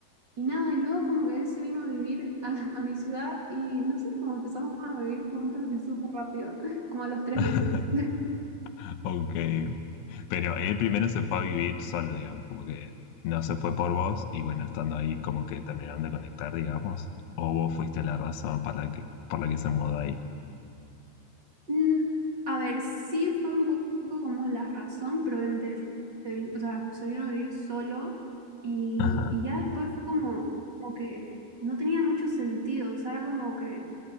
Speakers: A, on the right; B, on the left.
A: Y nada, y luego como que él se vino a vivir a, <laughs> a mi ciudad y no sé, como empezamos a vivir juntos así súper rápido, <laughs> como a los tres
B: <laughs>
A: meses. <laughs>
B: Ok, Pero él primero se fue a vivir solo, digamos, como que no se fue por vos y bueno, estando ahí como que terminaron de conectar, digamos, o vos fuiste la razón para la que, por la que se mudó ahí.
A: Mm, a ver, sí fue un po- poco como la razón, pero obviamente él se vin- o sea, se vino a vivir solo y,
B: Ajá,
A: y ya después fue como, como que no tenía mucho sentido, o sea, era como que,